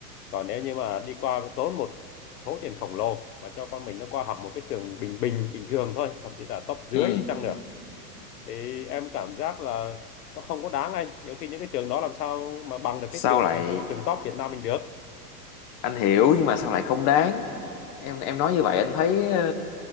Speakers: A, on the left (about 75°); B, on the left (about 35°).
A: Còn nếu như mà đi qua tốn một số tiền khổng lồ mà cho con mình nó qua học một cái trường bình bình bình thường thôi, thậm chí là top dưới
B: ừ.
A: đi chăng nữa thì em cảm giác là nó không có đáng anh. Nhiều khi những cái trường đó làm sao mà bằng được
B: Sao
A: cái trường
B: lại
A: mà trường top Việt Nam mình được.
B: anh hiểu nhưng mà sao lại không đáng? Em em nói như vậy anh thấy ờ,